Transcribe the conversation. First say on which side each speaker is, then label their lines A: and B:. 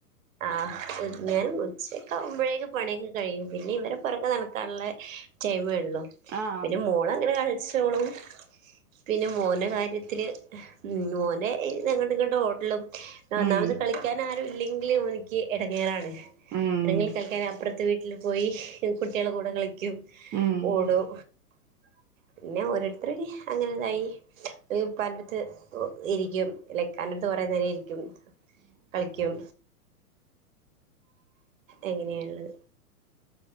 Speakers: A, on the right (about 55°); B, on the right (about 20°).
A: ആഹ് <unintelligible> ഉച്ചക്കെയാകുമ്പോഴേക്ക് പണിയെക്കെ കഴിയും. പിന്നെ ഇവരെ പൊറകെ നടക്കാനൊള്ളേ. ടൈമേയുള്ളൂ.
B: ആഹ്
A: പിന്നെ മോളങ്ങനെ കളിച്ചോളും. പിന്നെ മോന്റെ കാര്യത്തില്. മോന് ഇ അങ്ങോട്ടുമിങ്ങോട്ടും ഓട്ടലും. ഒന്നാമത്
B: ഉം
A: കളിക്കാൻ ആരുയില്ലെങ്കിലും ഇവെനിക്ക് ഇടങ്ങേറാണ്.
B: ഉം
A: ആരെങ്കിലും കളിക്കാൻ അപ്പറത്ത് വീട്ടി ല് പോയി കുട്ടികളെക്കൂടെ കളിക്കും.
B: ഉം
A: ഓടും.
B: <inaudible>
A: പിന്നെ ഓരോരിത്തരി അങ്ങനെന്നെയായി. പോയി പലയിടത്ത് ഒ ഇരിക്കും. ഇല്ലെ കണ്ടെടുത്ത് കൊറെ നേരം ഇരിക്കും. കളിക്കും എങ്ങനെയൊള്ളു.